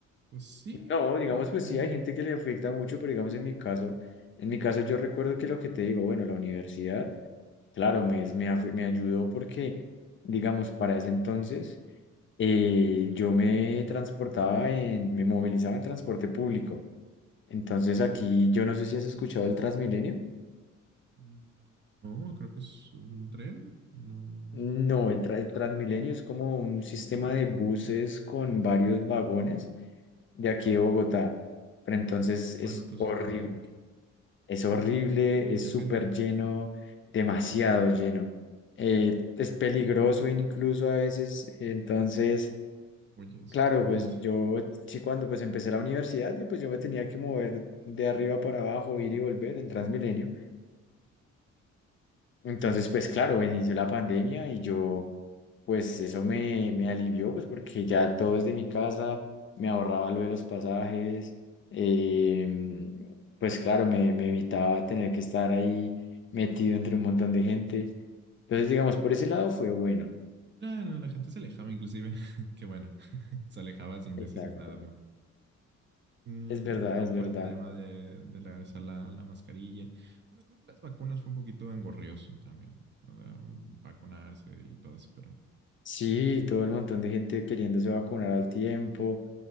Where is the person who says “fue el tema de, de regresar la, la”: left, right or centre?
Right